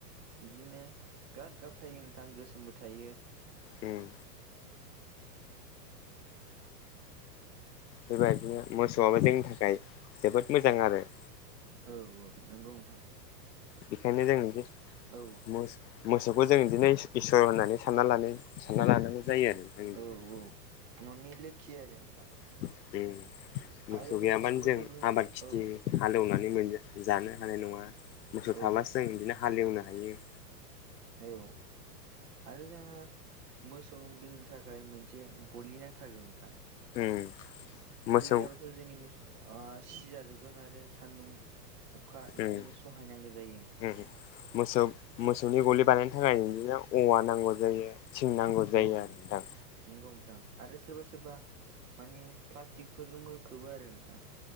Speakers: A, on the right; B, on the left.
A: बिदिनो गाद गाब थायो नोंथां गोसोमबो थायो
B: उम बेबायदिनो मोसौआबो जोंनि थाखाय जोबोद मोजां आरो
A: औ औ नंगौ नोंथां
B: बेखायनो जों
A: औ
B: <unintelligible> मोसौखौ जों बिदिनो इ इसोर होननानै सानना लानो सानना लानांगौ जायो आरो बिदिनो
A: औ औ न'नि लोखि आरो नोंथां
B: <unintelligible> मोसौ
A: आरो
B: गैयाबानो
A: जोङो मोसौ
B: जों
A: दोनो
B: आबाद खिथि
A: औ
B: हालेवनानै मोनो जानो हानाय नङा मोसौ
A: औ
B: थाब्लाासो जों बिदिनो हालेवनो हायो
A: औ आरो जोङो मोसौ दोननो थाखाय मोनसे गलि नांथारगौ नोंथां
B: उम
A: गलि
B: मोसौ
A: गैयाबाथ' जोंनि मो सिजाजोबगोन आरो सान्दुं अखा
B: उम
A: बिदिनो सहायनांगौ जायो नोंथां
B: उम मोसौ मोसौनि गलि बानायनो थाखाय बिदिनो औवा नांगौ जायो थिं नांगौ
A: औ
B: जायो आरो नोंथां
A: नंगौ नोंथां आरो सोरबा सोरबा माने प्लास्टिकफोरजोंबो खोबो आरो नोंथां